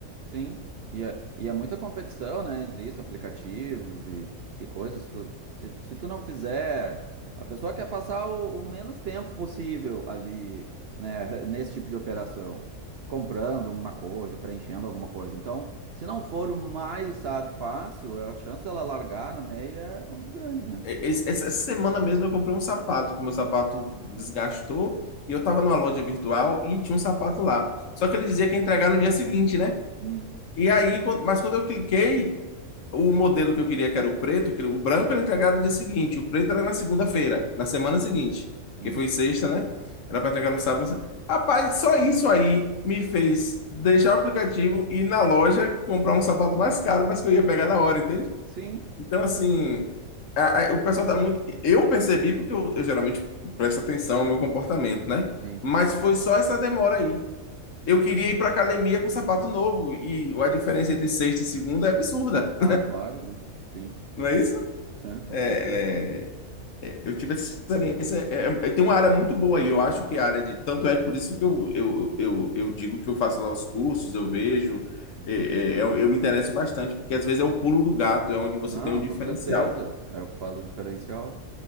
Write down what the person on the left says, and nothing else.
É,
Esse- Essa essa semana mesmo eu comprei um sapato, que o meu sapato desgastou, e eu tava numa loja virtual e tinha um sapato lá. Só que ele dizia que ia entregar no dia seguinte, né?
E aí, quan- mas quando eu cliquei, o modelo que eu queria, que era o preto, que o branco ele entregava no dia seguinte, o preto era na segunda-feira, na semana seguinte,
que foi sexta, né? Era para entregar no sábado. na se- Rapaz, só isso aí me fez deixar o aplicativo e ir na loja comprar um sapato mais caro, mas que eu ia pegar na hora, entende?
Então, assim, a- a- o pessoal tá muito. Eu percebi porque eu, eu geralmente presto atenção ao meu comportamento, né?
Mas foi só essa demora aí. Eu queria ir pra academia com sapato novo e a diferença entre sexta e segunda é absurda,
<laughs> não
é isso?
É,
é, eu tive essa experiência. é, é, tem uma área muito boa aí, eu acho que a área de. Tanto é por isso que eu, eu, eu, eu digo que eu faço lá os cursos, eu vejo, é, é, eu, eu me interesso bastante, porque às vezes é o pulo do gato, é onde você
tem um diferencial.